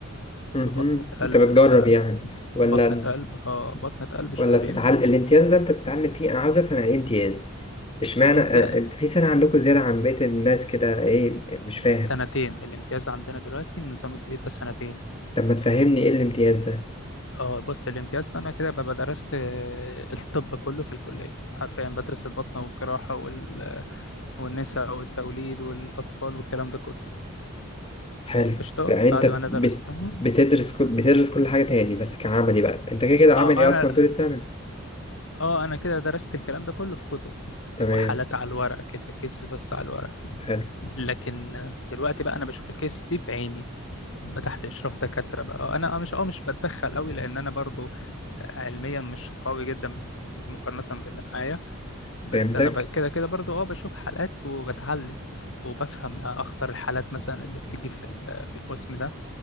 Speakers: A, on the left (about 25°); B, on the left (about 60°).
A: مهم.
B: في بطنه
A: انت
B: قلب
A: بتجرب
B: مثلا
A: يعني ولا
B: بطنه قلب اه بطنه قلب شهرين
A: ولا بتتعلم الامتياز ده انت بتتعلم فيه انا عاوز افهم يعني ايه امتياز اشمعنى
B: الامتياز
A: أ- انت في سنه عندكم زياده عن بقيه الناس كده ايه مش فاهم
B: سنتين الامتياز عندنا دلوقتي النظام الجديد ده سنتين
A: طب ما تفهمني ايه الامتياز ده
B: اه بص الامتياز ده انا كده ببقى درست آه، الطب كله في الكليه حرفيا بدرس البطنه والجراحه وال... والنساء والتوليد والاطفال والكلام ده كله
A: حلو
B: قشطه
A: يعني انت
B: بعد ما انا درستهم
A: بت... بتدرس كل... بتدرس كل حاجه تاني بس كعملي بقى انت كده كده
B: اه
A: عملي
B: انا
A: اصلا طول السنه
B: اه انا كده درست الكلام ده كله في كتب
A: تمام
B: وحالات على الورق كده كيسز بس على الورق
A: حلو
B: لكن دلوقتي بقى انا بشوف الكيس دي بعيني بقى تحت اشراف دكاتره بقى آه، انا آه، مش اه مش بتدخل قوي لان انا برضو علميا مش قوي جدا مقارنه باللي معايا بس
A: فهمتك
B: انا ب- كده كده برضو اه بشوف حالات وبتعلم وبفهم اخطر الحالات مثلا اللي بتيجي في ال- في القسم ده